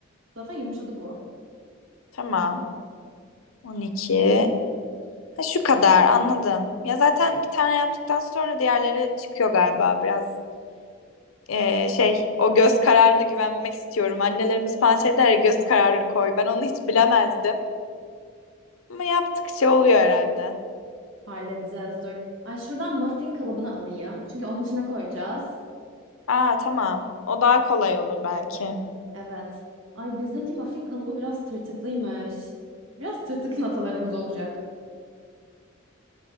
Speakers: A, on the right (about 70°); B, on the left (about 85°).
A: Zaten yumuşadı bu.
B: Tamam. 12. Ha, şu kadar anladım. Ya zaten bir tane yaptıktan sonra diğerleri çıkıyor galiba. Biraz ee, şey o göz kararına güvenmek istiyorum. Annelerimiz falan şey der ya, göz kararı koy. Ben onu hiç bilemezdim. Ama yaptıkça oluyor herhalde.
A: Halledeceğiz dur. Ay şuradan muffin kalıbını alayım. Çünkü onun içine koyacağız.
B: Aa tamam. O daha kolay olur belki.
A: Evet. Ay bizdeki muffin kalıbı biraz tırtıklıymış. Biraz tırtıklı natalarımız olacak.